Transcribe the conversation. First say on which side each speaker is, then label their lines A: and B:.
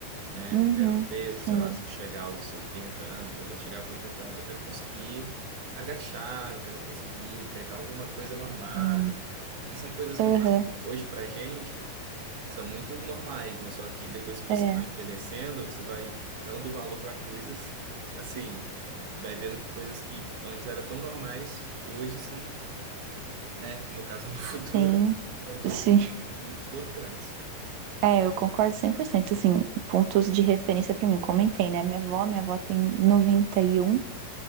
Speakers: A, on the right (about 55°); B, on the right (about 75°).
A: né?
B: Uhum,
A: Eu quero ter, sei
B: sim,
A: lá, se eu chegar aos 80 anos, eu quero chegar com 80 anos, eu quero conseguir agachar, eu quero conseguir pegar alguma coisa normal,
B: sim.
A: que são coisas que
B: Aham,
A: pra- hoje pra gente são muito normais, mas só que depois que você
B: é,
A: vai envelhecendo, você vai dando valor para coisas, assim, vai vendo que coisas que antes eram tão normais, hoje são né? No caso, no <laughs> futuro,
B: sim,
A: são coisas
B: sim.
A: muito importantes.
B: É, eu concordo cem por cento assim, pontos de referência pra mim. Eu comentei, né? Minha avó, minha avó tem 91